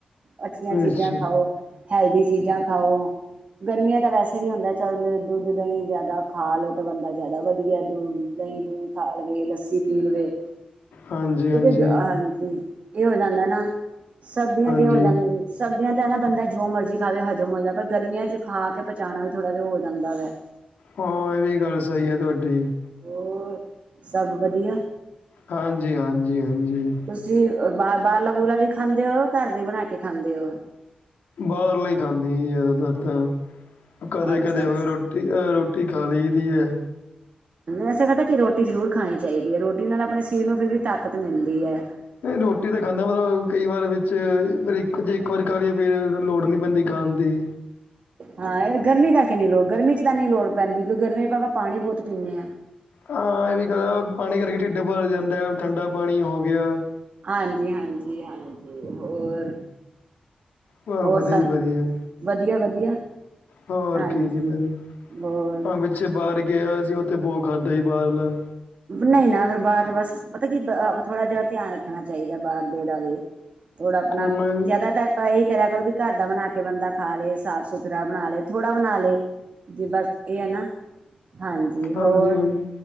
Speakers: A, on the right (about 50°); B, on the left (about 85°).
A: ਅੱਛੀਆਂ ਚੀਜ਼ਾਂ
B: ਅੱਛਾ
A: ਖਾਓ, ਹੈਲਦੀ ਚੀਜ਼ਾਂ ਖਾਓ। ਗਰਮੀਆਂ ਤਾਂ ਵੈਸੇ ਵੀ ਹੁੰਦਾ ਚੱਲ ਦੁੱਧ ਦਂਹੀ ਜ਼ਿਆਦਾ ਖਾ ਲਓ ਤਾਂ ਬੰਦਾ ਜ਼ਿਆਦਾ ਵਧੀਆ ਦ ਦਹੀਂ ਦੂਹੀਂ ਖਾ ਲਵੇ ਲੱਸੀ ਪੀ ਲਵੇ।
B: ਹਾਂਜੀ ਹਾਂਜੀ
A: ਕਿਉਂਕਿ ਹਾਂਜੀ ਏਹ ਹੋ ਜਾਂਦਾ ਨਾ, ਸਰਦੀਆਂ
B: ਹਾਂਜੀ
A: ਚ ਏ ਹੋ ਜਾਂਦੀ। ਸਰਦੀਆਂ ਤਾਂ ਨਾ ਬੰਦਾ ਜੋ ਮਰਜ਼ੀ ਖਾਵੇ ਹਜ਼ਮ ਹੋਂਦੈ, ਪਰ ਗਰਮੀਆਂ ਚ ਖਾ ਕੇ ਪਚਾਣਾ ਵੀ ਥੋੜਾ ਜੇਹਾ ਹੋ ਜਾਂਦਾ ਵਾ।
B: ਹਾਂ ਐ ਵੀ ਗੱਲ ਸਈ ਐ ਤੁਹਾਡੀ।
A: ਹੋ, ਸਭ ਵਧੀਆ।
B: ਹਾਂਜੀ-ਹਾਂਜੀ-ਹਾਂਜੀ।
A: ਤੁਸੀਂ ਬ ਬਾਰਲਾ ਬੂਰਲਾ ਵੀ ਖਾਂਦੇ ਹੋ ਘਰ ਦੀ ਬਣਾ ਕੇ ਖਾਂਦੇ ਓ।
B: ਬਾਹਰਲੇ ਖਾਂਦੀ ਸੀ ਜ਼ਿਆਦਾਤਰ ਤਾਂ, ਕਦੇ-ਕਦੇ
A: ਅੱਛਾ
B: ਹੋ
A: ਅੱਛਾ
B: ਗਯਾ ਰੋ ਅ ਰੋਟੀ ਖਾ ਲਈ ਦੀ ਐ।
A: ਐਸਾ ਕਰਦਾ ਕਿ ਰੋਟੀ ਜ਼ਰੂਰ ਖਾਣੀ ਚਾਈਦੀ ਐ ਰੋਟੀ ਨਾਲ ਆਪਣੇ ਸਰੀਰ ਨੂੰ ਫਿਰ ਵੀ ਤਾਕਤ ਮਿਲਦੀ ਐ।
B: ਨਈ ਰੋਟੀ ਤੇ ਖਾਂਦਾ ਵਾਂ, ਕਈ ਵਾਰ ਵਿੱਚ ਫਿਰ ਇੱਕ ਜੇ ਇੱਕ ਵਾਰ ਖਾ ਲਈਏ ਫੇਰ ਲੋੜ ਨੀ ਪੈਂਦੀ ਖਾਣ ਦੀ।
A: ਹਾਂ ਏਹ ਗਰਮੀ ਕਰਕੇ ਨੀ ਲੋੜ ਗਰਮੀ ਚ ਤਾਂ ਨੀ ਲੋੜ ਪੈਂਦੀ, ਕਿਉਂਕ ਗਰਮੀ ਚ ਆਪਾਂ ਪਾਣੀ ਬਹੁਤ ਪੀਂਣੇ ਆਂ।
B: ਹਾਂ ਏਹ ਵੀ ਕਰ ਪਾਣੀ ਕਰਕੇ ਢਿੱਡ ਭਰ ਜਾਂਦੈ, ਠੰਡਾ ਪਾਣੀ ਹੋ ਗਿਆ।
A: ਹਾਂਜੀ-ਹਾਂਜੀ-ਹਾਂਜੀ ਹੋਰ
B: ਵਾਹ
A: ਹੋਰ
B: ਵਧੀਆ
A: ਸਭ
B: ਜੀ ਵਧੀਆ
A: ਵਦੀਆ-ਵਦੀਆ।
B: ਹੋਰ
A: ਹਾਂਜੀ
B: ਕੀ ਜੀ ਵਧੀਆ।
A: ਹੋਰ।
B: ਹਾਂ ਪਿੱਛੇ ਬਾਰ ਗਿਆ ਸੀ ਓੱਥੇ ਬੋ ਖਾਦਾ ਸੀ ਬਾਹਰਲਾ।
A: ਨਈ ਨਾ ਫੇਰ ਬਾਰ ਬਸ ਪਤਾ ਕੀ ਅ ਥੋੜਾ ਜੇਹਾ ਧਿਆਨ ਰੱਖਣਾ ਚਾਈਦੈ ਬਾਹਰ ਦੇ ਦਾ ਵੀ। ਥੋੜਾ ਆਪਣਾ
B: ਹਾਂ
A: ਜ਼ਿਆਦਾਤਰ। ਆਪ ਏਹੀ ਕਰਿਆ ਕਰੋ ਵੀ ਘਰ ਦਾ ਬਣਾ ਕੇ ਬੰਦਾ ਖਾ ਲਏ ਸਾਫ਼ ਸੁਥਰਾ ਬਣਾ ਲਏ, ਥੋੜਾ ਬਣਾ ਲਏ। ਜੀ ਬਸ ਏ ਐ ਨਾ, ਹਾਂਜੀ ਹੋਰ।
B: ਹਾਂਜੀ-ਹਾਂਜੀ